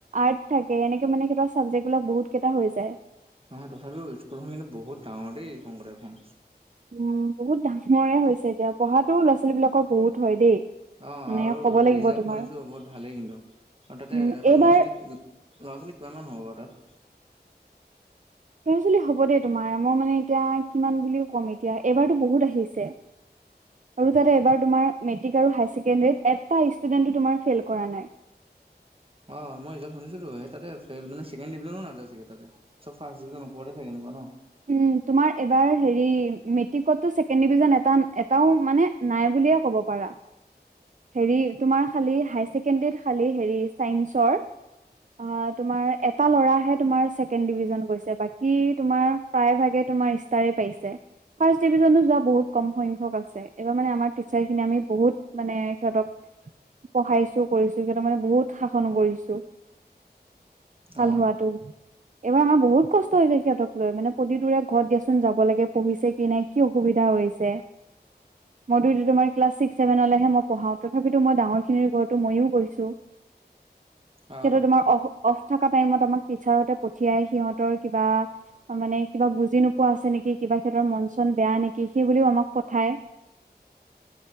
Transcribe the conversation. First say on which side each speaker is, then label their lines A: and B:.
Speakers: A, on the right; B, on the right.
A: আৰ্ট থাকে এনেকে মানে সিহঁতৰ চাবজেক্ট বিলাক বহুত কেইটা হৈ যায়
B: নহয় তথাপিও স্কুলখন কিন্তু বহুত ডাঙৰ দেই শংকৰদেৱখন।
A: উম বহুত ডাঙৰে হৈছে এতিয়া পঢ়াটো ল'ৰা ছোৱালী বিলাকৰ বহুত হয় দেই
B: অ'
A: মানে
B: আৰু
A: ক'ব লাগিব
B: ৰিজাল্ট
A: তোমাৰ
B: শুনিছো বহুত ভালেই কিন্তু আৰু তাতে
A: উম
B: এবাৰ
A: এইবাৰ
B: ল'ৰা ছোৱালীক ল'ৰা ছোৱালী কিমান হব বাৰু তাত
A: ল'ৰা ছোৱালী হ'ব দে তোমাৰ মই মানে এতিয়া কিমান বুলিও ক'ম এতিয়া এইবাৰতো বহুত আহিছে আৰু তাতে এবাৰ তোমাৰ মেট্ৰিক আৰু হায় ছেকেণ্ডাৰীত এটা ষ্টুডেন্টো তোমাৰ ফেইল কৰা নাই।
B: অ' মই ৰিজাল্ট শুনিছোতো এই তাতে ছেকেণ্ড ডিভিজনো নাযায় চাগে তাতে চব ফাৰ্ষ্ট ডিভিজন ওপৰতে থাকে এনেকোৱা ন
A: উম তোমাৰ এবাৰ হেৰি মেট্ৰিকতো ছেকেণ্ড ডিভিজন এটা এটাও মানে নাই বুলিয়ে ক'ব পাৰা। হেৰি তোমাৰ খালী হায় ছেকেণ্ডৰীত খালী হেৰি চাইন্সৰ অ' তোমাৰ এটা ল'ৰাহে তোমাৰ ছেকেণ্ড ডিভিজন গৈছে বাকী তোমাৰ প্ৰায়ভাগে তোমাৰ ইষ্টাৰে পাইছে ফাৰ্ষ্ট ডিভিজনো যোৱা বহুত কম সংখ্যক আছে এইবাৰ মানে আমাৰ টিচাৰ খিনি আমি বহুত মানে সিহঁতক পঢ়াইছো কৰিছো সিহঁতক মানে বহুত শাসন কৰিছো। ভাল
B: অ
A: হোৱাটো এইবাৰ আমাৰ বহুত কষ্ট হৈছে সিহঁতক লৈ, মানে প্ৰতিতোৰে ঘৰত দিয়াচোন যাব লাগে পঢ়িছে কি নাই? কি অসুবিধা হৈছে?
B: <inaudible>
A: মইটো তোমাৰ ক্লাছ ছিক্স ছেভেনলৈহে পঢ়াও। তথাপিতো মই ডাঙৰ খিনিৰ ঘৰতো মইও গৈছো।
B: অ অ
A: সিহঁতৰ তোমাৰ অ অফ থকা টাইমত আমাক টিচাৰহতে পঠিয়াই সিহঁতৰ কিবা মানে কিবা বুজি নোপোৱা আছে নেকি? কিবা সিহঁতৰ মন চন বেয়া নেকি সেই বুলিও আমাক পঠায়,